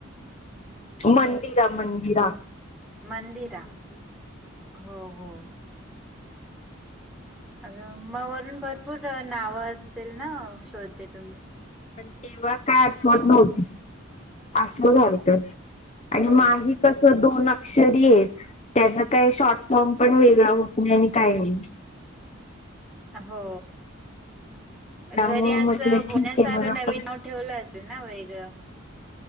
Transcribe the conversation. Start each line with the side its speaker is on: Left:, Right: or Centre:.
Centre: हम्म.
Left: मन. मीरा मंदिरा.
Centre: मंदिरा हो हो, अ म वरून भरपूर नावं असतील ना शोध दे तुम्ही.
Left: पण तेव्हा काय आठवतं नव्हती असं झालंत आणि
Centre: हो.
Left: माही. कस दोन अक्षरी आहेत. त्याचा काय शॉर्ट फॉर्म पण वेगळा होत नाही आणि काही नाही.
Centre: हो,
Left: त्यामुळे
Centre: घरी अस
Left: म्हटलं
Centre: बोलण्या
Left: ठीक आहे
Centre: सारखं
Left: बरं
Centre: नवीन
Left: पण
Centre: नाव. ठेवलं असेल ना वेगळं.